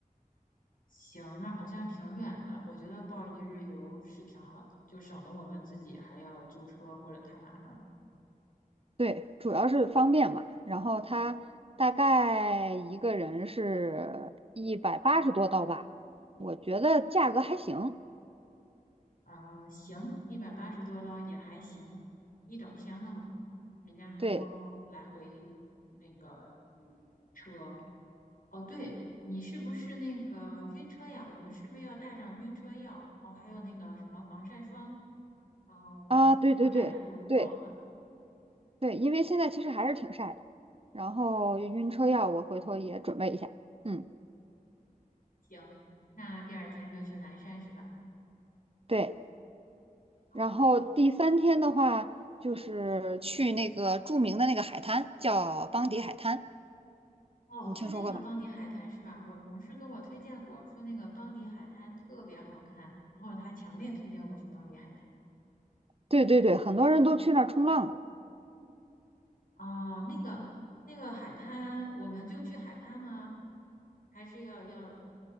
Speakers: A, on the left (about 75°); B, on the right (about 40°).
A: 行，那好像挺远的，我觉得报一日游是挺好的，就省得我们自己还要租车或者太麻烦了。
B: 对，主要是方便嘛。然后它大概一个人是一百八十多刀吧，我觉得价格还行。
A: 嗯，行，一百八十多刀也还行，一整天的嘛，人家还包来回那个嗯车。
B: 对，
A: 哦，对，你是不是那个晕车呀？我们是不是要带上晕车药？哦，还有那个什么防晒霜，嗯，
B: 啊，对对对。
A: 防晒服、帽子。
B: 对，对，因为现在其实还是挺晒的，然后晕车药我回头也准备一下。嗯，
A: 行，那第二天就去蓝山是吧？
B: 对，
A: 好，
B: 然后第三天的话，就是去那个著名的那个海滩，叫邦迪海滩，
A: 哦，
B: 你听说过吗？
A: 就那个邦迪海滩是吧？我同事跟我推荐过，说那个邦迪海滩特别好看，然后他强烈推荐我去邦迪海滩。
B: 对对对，很多人都去那儿冲浪呢。
A: 哦，那个那个海滩，我们就去海滩吗？还是要要